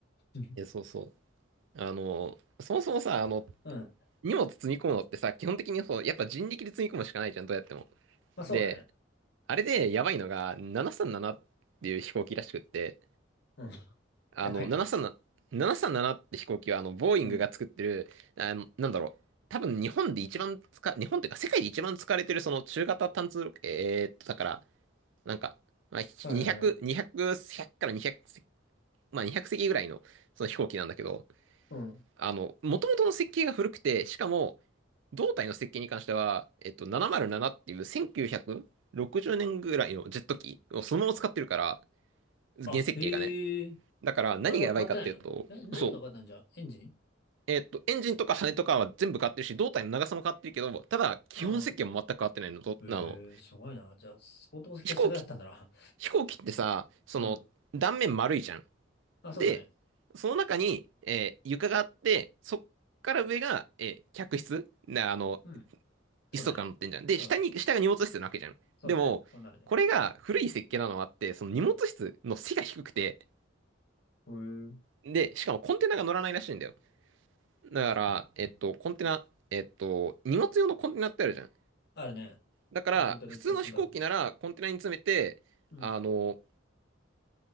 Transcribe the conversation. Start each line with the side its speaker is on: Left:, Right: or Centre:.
Left: だね。
Right: え、
Left: <laughs>
Right: そうそう。あのそもそもさ、あの、
Left: うん。
Right: 荷物積み込むのってさ、基本的にそう、やっぱ人力で積み込むしかないじゃん、どうやっても。
Left: まあそうだね。
Right: で、あれでやばいのが、737っていう飛行機らしくって、
Left: うん。
Right: あの、
Left: やばいな。
Right: 737、737って飛行機は、あの、ボーイングが作ってる、
Left: うん。
Right: あの、なんだろう、多分日本で一番使、日本っていうか世界で一番使われてるその中型単通、えーっと、だから、なんか、まあ、
Left: はいはいはい。
Right: 200、200、100から200、まあ200席ぐらいのその飛行機なんだけど、
Left: うん。
Right: あの、元々の設計が古くて、しかも、胴体の設計に関しては、えっと、707っていう1960年ぐらいのジェット機をそのまま使ってるから、原設計がね。
Left: あ、へえ。
Right: だから何がやばいかっていうと、
Left: あれが変わったんやろえ、何が変わったんじゃエンジン
Right: そう。えっと、エンジンとか羽とかは全部変わってるし、胴体の長さも変わってるけど、ただ、基本設計も全く変わってないの。
Left: ああ。
Right: とあの、
Left: ええすごいな。じゃあ、相当傑作だったんだな。
Right: 飛行機、飛行機ってさ、その、
Left: <laughs> うん。
Right: 断面丸いじゃん。
Left: あ、そうだね。
Right: で、その中に、えー床があって、そっから上が、えー客室なあの、
Left: うん。そうだね。
Right: 椅子とか乗ってんじゃん。で、
Left: うん。
Right: 下に、下が荷物室なわけじゃん。
Left: そうだね。
Right: でも、
Left: そうなるね。
Right: これが古い設計なのはあって、その荷物室の背が低くて、
Left: へえ。
Right: で、しかもコンテナが乗らないらしいんだよ。だから、えっと、コンテナ、えっと、荷物用のコンテナってあるじゃん。
Left: あるね。
Right: だから、
Left: もう本当にいっぱい詰めたろう。
Right: 普通の飛行機ならコンテナに詰めて、
Left: うん。
Right: あの、